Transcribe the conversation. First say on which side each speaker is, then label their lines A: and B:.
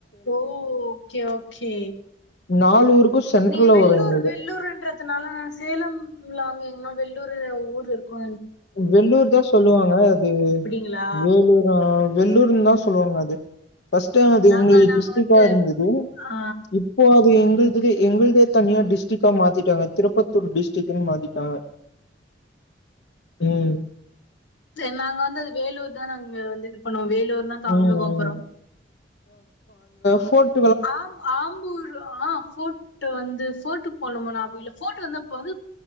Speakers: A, on the left; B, on the left.
A: ஓ ஓகே ஓகே
B: நாலு ஊருக்கு சென்ட்ரல்ல
A: நீங்க வெள்ளூர்
B: வரு எங்களுக்கு
A: வெள்ளூர்ன்றதுனால நா சேலம் உள்ளார வெள்ளூர் ஊர் இருக்கோ
B: வெள்ளூர் தா சொல்லுவாங்க அது
A: அப்டிங்களா
B: வேலூரா வெல்லூர் னு தா சொல்வாங்க அது ஃபஸ்ட் டைம் அது
A: நாங்க
B: எங்களுது
A: நாங்க
B: டிஸ்ட்ரிக்கா
A: வந்து
B: இருந்துது
A: ஆ
B: இப்போ அது எங்குளுது இது எங்குளுதே தனியா டிஸ்ட்ரிக்கா மாத்திட்டாங்க திருப்பத்தூர் டிஸ்ட் ட்ரிக்ட் மாத்திட்டாங்க ம்
A: சரி நாங்க வந்து அத வேலூர் தா நாங்க வந்து இது பண்ணுவோ வே வந்தா தங்குவோ
B: ம் ம்
A: அப்புற
B: போட்
A: ஆம் ஆம்பூர் ஆஹ் ஃபோர்ட்டு வந்து ஃபோர்ட்டுக்கு போன மாரி ஞாபக இல்ல ஃபோட்டு வந்து அப்ப வந்து